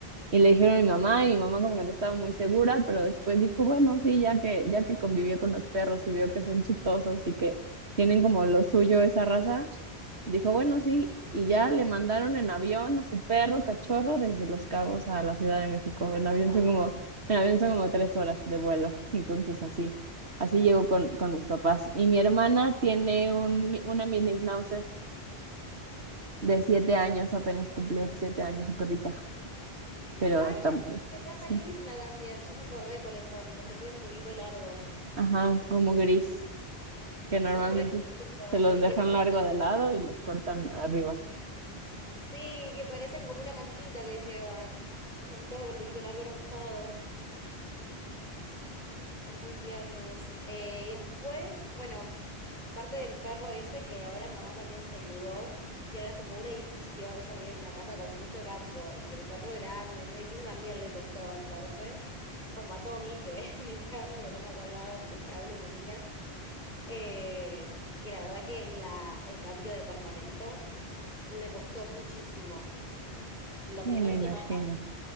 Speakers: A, on the right (about 85°); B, on the left (about 45°).
A: Y le dijeron a mi mamá, y mi mamá como que no estaba muy segura, pero después dijo, bueno, sí, ya que, ya que convivió con los perros y vio que son chistosos y que tienen como lo suyo esa raza, dijo, bueno, sí, y ya le mandaron en avión a su perro cachorro desde Los Cabos a la Ciudad de México.
B: Ah,
A: En avión son como, en avión son como tres horas de vuelo. Entonces así, así llegó con, con mis papás. Y mi hermana tiene un, mi- una mini schnauzer de
B: ¿qué sería
A: siete
B: un mi-
A: años, apenas cumplió siete años su perrita, pero
B: Ay,
A: está...
B: ya, qué raza
A: sí.
B: linda también. Ya me acordé cuáles son, los que tienen pelito largo.
A: Ajá, como gris, que normalmente
B: Son preciosos,
A: se los
B: sí,
A: dejan
B: que parecen,
A: largo de lado y les cortan arriba.
B: sí, que parecen como una mantita que llevan. Están todos con el pelito largo en los costados. Son muy tiernos. Eh, y después, bueno, aparte del perro ese, que ahora mamá también se mudó, y ahora se mudó a un edificio, ella vive en una casa con mucho campo, y el perro grande en un edificio también le costó adaptarse, como a Tommy, que <laughs> es mi perro, que lo tengo acá al lado mientras que hablo y me mira. Eh, y la verdad que la, el cambio de departamento le costó muchísimo. La
A: Sí,
B: primera
A: me
B: semana
A: imagino.